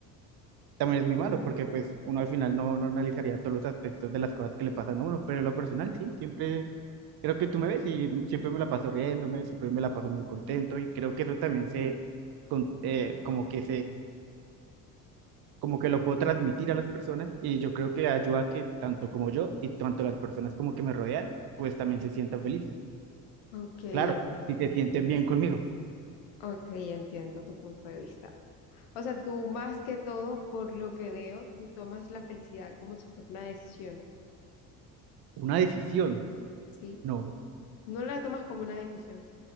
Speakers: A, on the right; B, on the left.
A: también es muy malo, porque pues uno al final no, no analizaría todos los aspectos de las cosas que le pasan a uno, pero en lo personal sí, siempre, creo que tú me ves y siempre me la paso riéndome, siempre me la paso muy contento y creo que eso también se, con- eh, como que como que lo puedo transmitir a las personas y yo creo que ayuda a que tanto como yo y tanto las personas como que me rodean, pues también se sientan felices.
B: Ok, entiendo.
A: Claro, si se sienten bien conmigo.
B: Ok, entiendo tu punto de vista. O sea, tú más que todo, por lo que veo, tú tomas la felicidad como si fuera una decisión,
A: Una decisión.
B: ¿sí?
A: No,
B: No la tomas como una decisión.